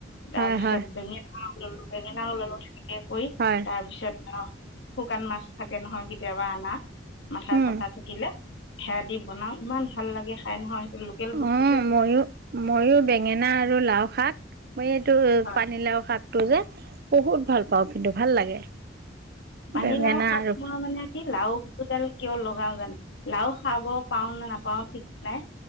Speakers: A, on the left (about 65°); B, on the right (about 55°).
A: তাৰপিছত
B: হয় হয়
A: ডঙি। উম বেঙ নল ললো সেনেকে। কই
B: হয়।
A: তাৰপিছত অহ। শুকান মাছ থাকে নহয় কেতিয়াবা আনা। মাথা
B: উম
A: চাথা থাকিলে। হেৰা দি বনাও ইমান ভাল লাগে খাই। নহয় সেইটো লোকেল বস্তু
B: অ
A: যে বহুত
B: মইো ময়ো বেঙেনা আৰু লাও শাক। মই এইটো
A: হয়
B: পানীলাও খাত। তটো যে। বহুত ভাল পাওঁ কিন্তু। ভাল লাগে।
A: পানী
B: বেঙেনা
A: লাও শাত
B: আৰু
A: মই মানে কি লাওডাল। কিয় লগাও জানো লাও খাব পাওঁ নে নাপাওঁ ঠিক নাই।